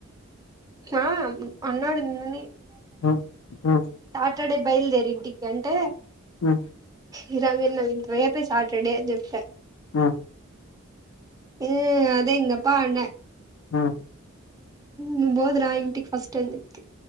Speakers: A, on the right; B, on the left.
A: ఆ అన్నాడు నిన్ననే
B: ఒప్ ఒ
A: ఇక్కడే బయల్దేరు ఇంటికి అంటే
B: హ్మ్
A: ఇంక నిన్న రేపే సాటర్డే అని చెప్ప
B: మ్
A: మ్ అదే ఇంగ పాన్నే
B: మ్
A: నువ్వు బోద్ రా ఇంటికి ఫస్ట్ అని చెప్తే